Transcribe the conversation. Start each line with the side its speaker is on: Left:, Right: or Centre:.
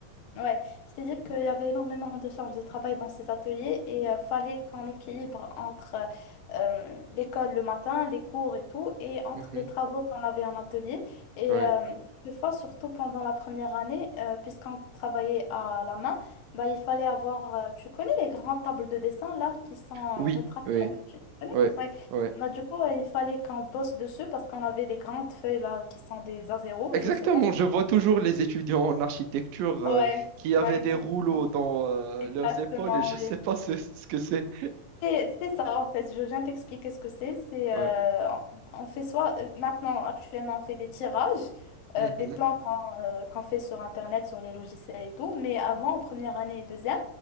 Left: Ouais, c'est-à-dire qu'il y avait énormément de charges de travail dans ces ateliers et euh, fallait qu'on équilibre entre euh, euh, l'école le matin, les cours et tout, et entre
Right: Mhm.
Left: les travaux qu'on avait en atelier. Et
Right: Ouais.
Left: euh, quelquefois, surtout pendant la première année, euh, puisqu'on travaillait à la main, bah, il fallait avoir, euh, tu connais les grandes tables de dessin là qui sont
Right: Oui,
Left: rétractables,
Right: oui,
Left: tu connais?
Right: oui,
Left: Ouais.
Right: oui.
Left: Bah, du coup, euh, il fallait qu'on bosse dessus parce qu'on avait des grandes feuilles là qui sont des a zéro
Right: Exactement,
Left: je sais pas. si-
Right: je vois toujours les étudiants en architecture
Left: Ouais,
Right: euh, qui avaient
Left: ouais, exactement.
Right: des rouleaux dans euh,
Left: Exactement,
Right: leurs épaules et je
Left: oui.
Right: ne sais pas ce, ce que c'est.
Left: C'est c'est ça, en fait. Je viens t'expliquer ce que c'est. C'est,
Right: Ouais.
Left: euh, on on fait soit, euh, maintenant, actuellement, on fait des tirages,
Right: Mhm.
Left: euh, des plans qu'on euh, qu'on fait sur Internet, sur les logiciels et tout. Mais avant, en première année et deuxième,